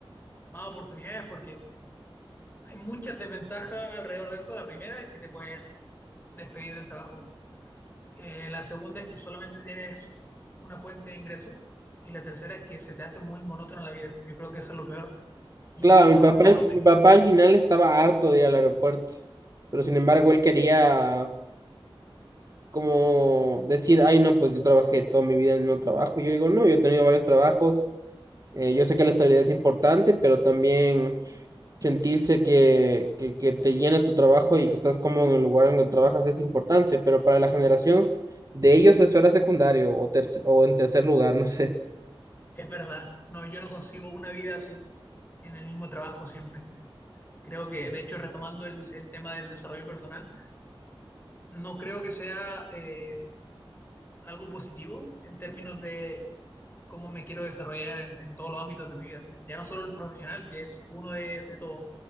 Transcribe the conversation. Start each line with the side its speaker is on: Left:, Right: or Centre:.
Left: más oportunidades porque hay muchas desventajas alrededor de eso. La primera es que te pueden despedir del trabajo Eh, la segunda es que solamente tienes una fuente de ingreso. Y la tercera es que se te hace muy monótona la vida. Yo creo que eso es lo peor. Y
Right: Claro,
Left: no,
Right: mi papá,
Left: no me,
Right: mi papá al final estaba harto de ir al aeropuerto, pero sin embargo él quería como decir, ay no, pues yo trabajé toda mi vida en el mismo trabajo. Yo digo, no, yo he tenido varios trabajos, eh, yo sé que la estabilidad es importante, pero también sentirse que, que, que te llena tu trabajo y que estás cómodo en el lugar en el que trabajas es importante, pero para la generación de ellos eso era secundario o, terc- o en tercer lugar, no sé.
Left: es verdad. No, yo no concibo una vida así, en el mismo trabajo siempre. Creo que, de hecho, retomando el, el tema del desarrollo personal, no creo que sea eh, algo positivo en términos de cómo me quiero desarrollar en, en todos los ámbitos de mi vida. Ya no solo el profesional, que es uno de, de todos,